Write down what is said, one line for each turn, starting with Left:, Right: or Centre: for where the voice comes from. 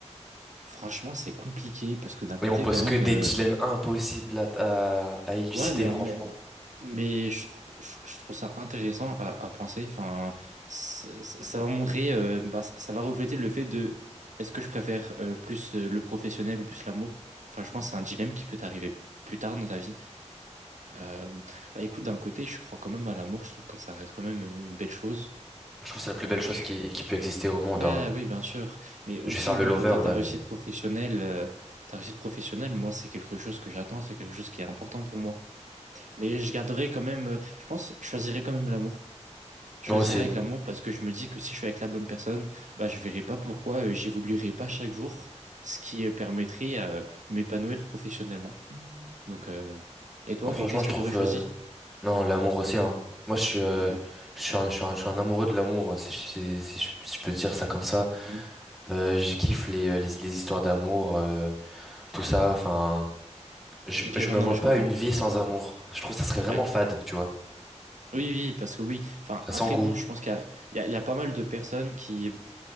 Right: franchement, c'est compliqué parce que d'un côté,
Centre: Oui, on pose
Right: quand même.
Centre: que des
Right: euh,
Centre: dilemmes impossibles à, à, à élucider,
Right: Ouais, mais, en-
Centre: franchement.
Right: mais, mais je, tr- je, je trouve ça intéressant à, à penser. Enfin, ça, ça- ça va montrer, euh, bah, ça, ça va refléter le fait de est-ce que je préfère euh, plus euh, le professionnel ou plus l'amour? Enfin, je pense que c'est un dilemme qui peut t'arriver plus tard dans ta vie. Euh, bah, écoute, d'un côté, je crois quand même à l'amour. Je trouve que ça reste quand même euh, une belle chose.
Centre: Je trouve que c'est la plus
Right: Donc,
Centre: belle chose qui, qui peut exister au monde,
Right: ouais,
Centre: hein.
Right: oui, bien sûr. Mais aussi,
Centre: Je vais faire le
Right: d'un
Centre: lover,
Right: côté, ta
Centre: là,
Right: réussite
Centre: mais...
Right: professionnelle, euh, ta réussite professionnelle, moi, c'est quelque chose que j'attends, c'est quelque chose qui est important pour moi. Mais je garderai quand même, euh, je pense, je choisirais quand même l'amour. Je
Centre: Moi
Right: choisirais
Centre: aussi.
Right: avec l'amour parce que je me dis que si je suis avec la bonne personne, bah, je verrai pas pourquoi euh, j'évoluerai pas chaque jour, ce qui euh, permettrait euh, de m'épanouir professionnellement. Donc, euh, et toi,
Centre: Moi, franchement,
Right: que- qu'est-ce
Centre: je
Right: que
Centre: trouve...
Right: tu aurais choisi?
Centre: euh, Non, l'amour aussi, hein. Moi, je suis, euh,
Right: Ok,
Centre: je suis un, je suis un, je suis un amoureux de l'amour, si, je- si, si je, si je peux dire ça comme ça.
Right: Hmm.
Centre: Euh, je kiffe les, euh, les, les histoires d'amour, euh, tout ça, enfin... Je,
Right: Ok,
Centre: je
Right: ouais,
Centre: me
Right: non,
Centre: vois
Right: mais je
Centre: pas
Right: comprends.
Centre: une vie sans amour. Je trouve que ça serait vraiment
Right: Ouais.
Centre: fade, tu vois.
Right: Oui, oui, parce que oui. Enfin, après,
Centre: Sans goût.
Right: bon, je pense qu'il y a, il y a- il y a pas mal de personnes qui,